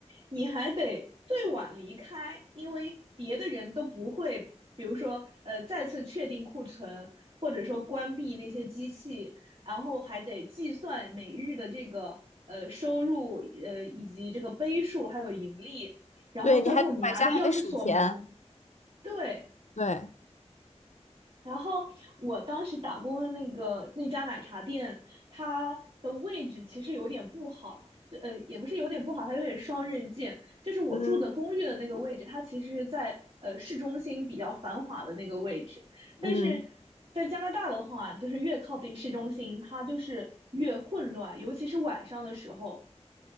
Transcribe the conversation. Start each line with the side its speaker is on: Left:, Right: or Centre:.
Right: 你还得最晚离开，因为别的人都不会，比如说呃再次确定库存，或者说关闭那些机器，然后还得计算每日的这个呃收入，呃以及这个杯数还有盈利，
Left: <laughs>
Right: 然后最后你拿着钥匙锁门，
Left: 对，你还晚上还得数钱，
Right: 对，
Left: 对，
Right: 然后我当时打工的那个那家奶茶店，它的位置其实有点不好，就呃也不是有点不好，它有点双刃剑。就是我住的公寓的那个位置，
Left: 嗯
Right: 它其实是在呃市中心比较繁华的那个位置，但是
Left: 嗯
Right: 在加拿大的话，就是越靠近市中心，它就是越混乱，尤其是晚上的时候。